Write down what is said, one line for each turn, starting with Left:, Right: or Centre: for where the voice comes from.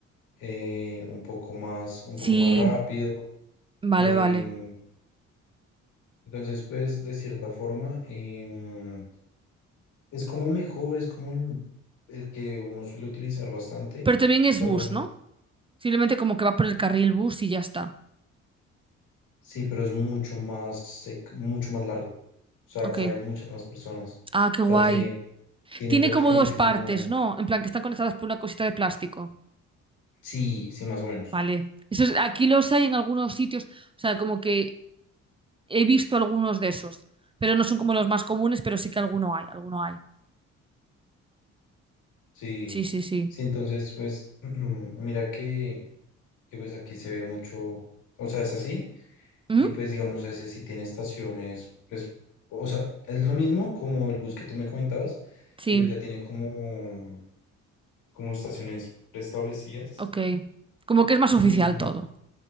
Left: eh, un poco más, un
Right: Sí,
Left: poco más rápido.
Right: vale,
Left: em,
Right: vale.
Left: entonces, pues, de cierta forma, em, es como mejor, es como el el que uno suele utilizar bastante.
Right: Pero también es
Left: O sea,
Right: bus,
Left: por mí,
Right: ¿no? Simplemente como que va por el carril bus y ya está.
Left: sí, pero es mucho más, sec- mucho más largo. O sea,
Right: Ok.
Left: caben muchas más personas.
Right: Ah, qué guay.
Left: O sea, tiene, tiene
Right: Tiene
Left: prácticamente
Right: como dos partes,
Left: como,
Right: ¿no? En plan, que están conectadas por una cosita de plástico.
Left: sí, sí, más o menos.
Right: Vale. Eso es- aquí los hay en algunos sitios. O sea, como que he visto algunos de esos. Pero no son como los más comunes, pero sí que alguno hay, alguno hay.
Left: Sí,
Right: Sí, sí, sí.
Left: sí, entonces pues <clears throat> mira que, que, pues aquí se ve mucho, o sea, es así,
Right: ¿Mm?
Left: y pues digamos ese sí tiene estaciones, pues, o sea, es lo mismo como el bus que tú me comentabas,
Right: Sí,
Left: que pues ya tiene como, como estaciones preestablecidas,
Right: ok. Como que es más oficial
Left: y
Right: todo.